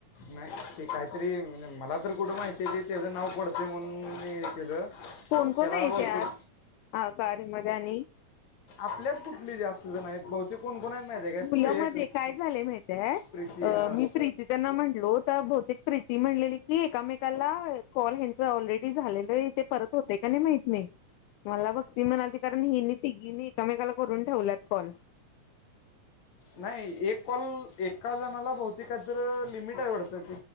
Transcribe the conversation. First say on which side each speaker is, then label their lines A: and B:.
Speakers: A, on the left; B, on the left.
A: नाही ते काहीतरी मला तर कुठं माहिती आहे की त्याचं नाव पडते म्हणून मी हे केलं.
B: कोण कोण
A: त्याला
B: आहे
A: बहुतेक
B: त्यात आत आ कारमध्ये आणि
A: आपल्यात कुठले जास्त जण आहेत बहुतेक कोण कोण आहेत माहिती आहे काय
B: मुलं
A: तू एक
B: म काय झाले माहिती आहे
A: प्रीती हां
B: मी प्रीती त्यांना म्हटलो त्या भौतिक प्रीती म्हलेली की एकामेकाला कॉल हच ऑलरेडी झालेलं ते परत होते का नाही माहत नाही. मला बघती म्हणाली कारण हिनी तिघी न एकमेकाला करून ठेवल्यात कॉल.
A: नाही एक कॉल एका जणाला बहते काहीत लिमिट आवडतं.